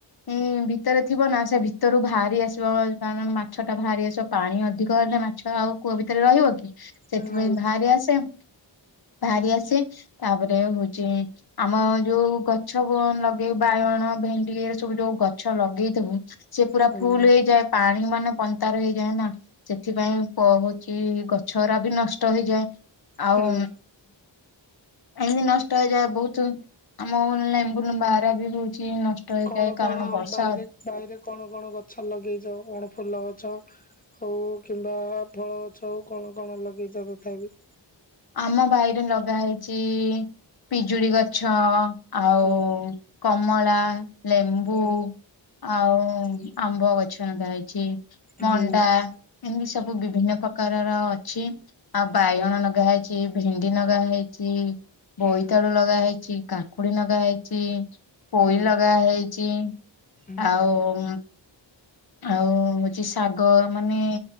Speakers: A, on the left; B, on the left.
A: ଉଁ ଭିତରେ ଥିବ ନା ସେ ଭି ତରୁ ବାହାରି ଆସିବ କାରଣ ମାଛ ଟା ବାହାରି ଆସିବ ପାଣି ଅଧିକ ହେଲେ ମାଛ ଆଉ କୂଅ ଭିତରେ ରହିବ କି। ସେଥିପାଇଁ
B: ହୁଁ ନାଇଁ
A: ଭାଆରି ଆସେ- ଭାଆରି ଆସି ତାପରେ ହଉଚି ଆମ ଯୋଉ ଗଛକୁ ଲଗେଇ ବାଇଗଣ, ଭେଣ୍ଡି ଏରା ସବୁ ଯୋଉ ଗଛ ଲଗେଇଥିବୁ ସେ ପୁରା
B: ହୁଁ
A: ଫୁଲୁ ହେଇଯାଏ ପାଣି ମାନେ କନ୍ତାର ହେଇଯାଏ ନା ସେଥିପାଇଁ କହୁଚି ଗଛଉରା ବି ନଷ୍ଟ ହେଇଯାଏ। ଆଉ
B: ହୁଁ
A: ଏନ୍ଦି ନଷ୍ଟ ହେଇଯାଏ ବହୁତୁ ଆମ ଲେମ୍ବୁ ଲୁମ୍ବା ହରା ବି ଯୋଉ ଚି ନଷ୍ଟ ହେଇଯାଏ
B: କଣ
A: କାରଣ
B: କଣ
A: ବର୍ଷା
B: ବାଇରେ
A: ଅ
B: ବାଇରେ କଣ, କଣ ଗଛ ଲଗେଇଚ କଣ ଫୁଲ ଗଛ ହଉ କିମ୍ବା ଫଳ ଗଛ ହଉ କଣ କଣ ଲଗେଇଚ ତଥାପି?
A: ଆମ ବାଇରେ ଲଗା ହେଇଛି ପିଜୁଳି ଗଛ ଆଉ
B: ହଁ
A: କମଳା, ଲେମ୍ବୁ
B: ହୁଁ
A: ଆଉ
B: ହୁଁ
A: ଆମ୍ବ ଗଛ ଲଗାଆଇଛି ମଣ୍ଡା
B: ହୁଁ
A: ଏମିତି ସବୁ ବିଭିନ୍ନ ପ୍ରକାରର ଅଛି। ଆଉ ବାଇଗଣ
B: ହୁଁ
A: ନଗା ହେଇଚି, ଭେଣ୍ଡି ନଗା ହେଇଚି,
B: ହୁଁ
A: ବୋଇତାଳୁ ଲଗା ହେଇଚି। କାକୁଡି ନଗା ହେଇଚି, ପୋଇ
B: ହୁଁ
A: ଲଗା ହେଇଚି,
B: ହୁଁ
A: ଆଉ ଆଉ ହଉଛି ଶାଗ ମାନେ